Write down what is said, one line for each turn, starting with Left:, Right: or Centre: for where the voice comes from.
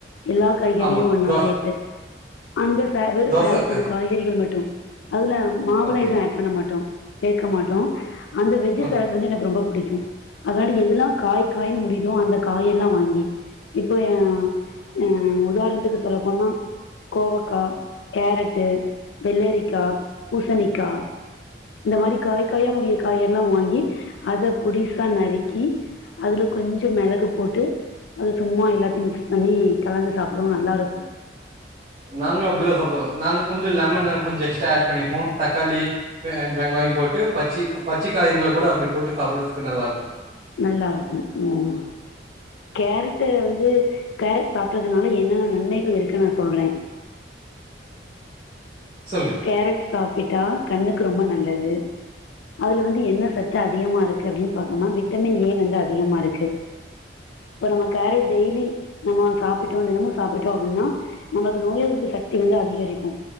Left: எல்லா காய்கறியு
Right: ஆமா
Left: ஒன்னா
Right: தோச
Left: சேத்து அந்த சேல வெறும்
Right: தோசக்காய்
Left: சேலட்டு காய்கறிகள் மட்டும் அதுல மாவுள
Right: ஓகே
Left: எதுவு ஆட் பண்ண மாட்டோ சேக்க மாட்டோ அந்த வெஜ்
Right: ஓகே
Left: சேலட் வந்து எனக்கு ரொம்ப புடிக்கு அதனால எதுயெல்லா காய் காயின்னு முடியுதோ அந்த காய்யெல்லா வாங்கி இப்போ ஆ ஆ உதாரணத்துக்கு சொல்ல போனா கோவக்கா கேரட்டு வெள்ளேரிக்கா பூசணிக்கா இந்த மாரி காய் காய்ன்னு முடியுற காய் எல்லா வாங்கி அத பொடிசா நறுக்கி அதில கொஞ்சோ மெளகு போட்டு அது சும்மா எல்லாத்தையு மிக்ஸ் பண்ணி கலந்து சாப்பிடவு நல்லா இருக்கு
Right: நாங்களு அப்டிதா சாப்பிடுவோ நாங்க கொஞ்சோ லெமனு கொஞ்சோ எஸ்ட்ரா ஆட் பண்ணிப்போ தக்காளி வெங்காயோ போட்டு பச்சி பச்சை காய்ங்கள கூட அப்டி போட்டு சாப்பிடுறதுக்கு நல்லா இருக்கு
Left: நல்லா இருக்கு ம் கேரட்டு வந்து கேரட் சாப்பிட்டறதுனால என்னென்ன நன்மைகள் இருக்குன்னு நா சொல்றே
Right: சொல்லுங்க
Left: கேரட் சாப்பிட்டா கண்ணுக்கு ரொம்ப நல்லது அதுல வந்து என்ன சத்து அதிகமா இருக்கு அப்படின் பாத்தோம்னா விட்டமின் ஏ வந்து அதிகமா இருக்கு இப்ப நம்ம கேரட் டெய்லி நம்ம சாப்பிட்டோ தினமு சாப்பிட்டோ அப்டின்னா நமக்கு நோய் எதிர்ப்பு சக்தி வந்து அதிகரிக்கும்